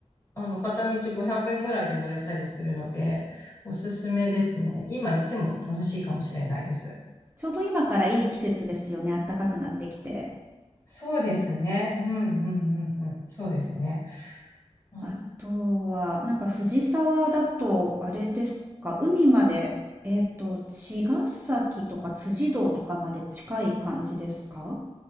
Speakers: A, on the left (about 25°); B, on the right (about 20°).
A: あの、片道500円ぐらいで乗れたりするので、おすすめですね。今行っても楽しいかもしれないです。
B: ちょうど今からいい季節ですよね、暖かくなってきて。
A: そうですね。うんうんうんうん。そうですね。あ、
B: あとは、なんか藤沢だと、あれですか、海まで、えっと、茅ヶ崎とか辻堂とかまで近い感じですか